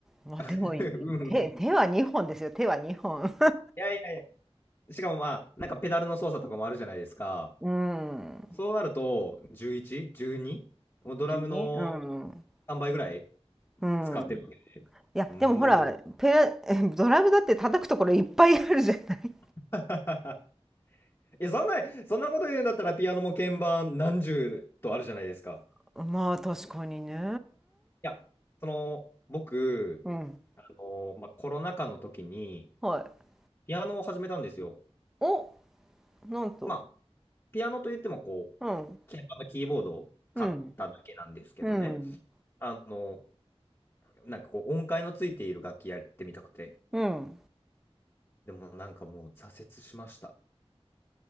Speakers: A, in the centre; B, on the left.
A: まあでもい手、
B: <laughs> うん。
A: 手は2本ですよ手は2本。
B: いやいやいや。しかもまあ、なんかペダルの操作とかもあるじゃないですか。
A: うん。
B: そうなると、11、12? もうドラムの
A: <laughs> 順にうん。
B: 3倍ぐらい
A: うん。
B: 使ってるわけ。
A: いやでもほらペラ
B: もう。
A: <laughs> ドラムだって叩くところいっぱいあるじゃない
B: <laughs> いや、そんな、そんなこと言うんだったらピアノも鍵盤何十とあるじゃないですか。
A: <laughs> まあ確かにね
B: いや、その、僕、
A: うん
B: あの、まあ、コロナ禍の時に、
A: はい
B: ピアノを始めたんですよ。
A: おなんと
B: まあ、ピアノといっても、こう、
A: うん
B: 鍵盤のキーボードを買っただけなんですけどね。
A: うんうん
B: あの、なんかこう、音階のついている楽器やってみたくて。
A: うん
B: でもなんかもう挫折しました。